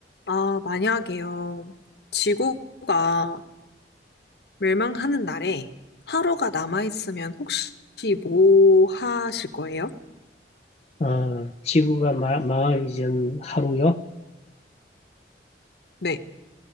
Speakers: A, on the left; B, on the left.
A: 아, 만약에요. 지구가 멸망하는 날에 하루가 남아있으면 혹시 뭐 하실 거예요?
B: 아, 지구가 마- 망하기 전 하루요?
A: 네,